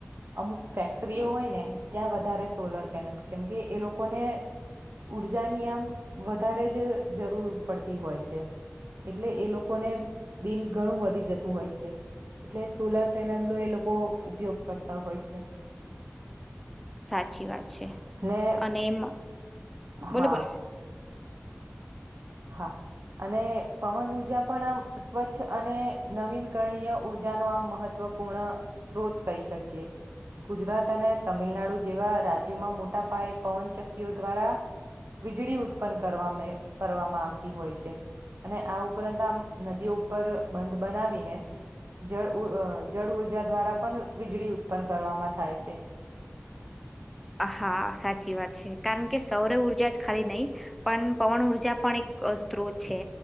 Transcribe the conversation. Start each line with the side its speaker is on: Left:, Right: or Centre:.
Right: અમુક ફેક્ટરીઓ હોય ને ત્યાં વધારે સોલર પેનલ કેમકે એ લોકોને ઉર્જાની આમ વધારે જ જરૂર પડતી હોય છે એટલે એ લોકોને બિલ ઘણું વધી જતું હોય છે એટલે સોલાર પેનલ નો એ લોકો ઉપયોગ કરતા હોય છે
Centre: સાચી વાત
Right: <unintelligible>
Centre: છે
Right: ને
Centre: અને એમ બોલો
Right: હા
Centre: બોલો
Right: હા અને પવન ઉર્જા પણ આમ સ્વચ્છ અને નવીન કરણીય ઉર્જા ન આમ મહત્વ પૂર્ણ સ્ત્રોત કહી શકીએ ગુજરાત અને તમિલનાડુ જેવા રાજ્યોમાં મોટા પાયે પવનચક્કીઓ દ્વારા વીજળી ઉત્પન્ન કરવાવામાં કરવામાં આવતી હોય છે અને આ ઉપરાંત આમ નદી ઉપર બંધ બનાવીને જળ જળ ઉર્જા દ્વારા પણ વીજળી ઉત્પન્ન કરવામાં થાય છે
Centre: હા સાચી વાત છે કારણ કે સૌર ઉઊર્જા જ ખાલી નહીિ પણ પવન ઉઊર્જા પણ એક સ્ત્રોત છે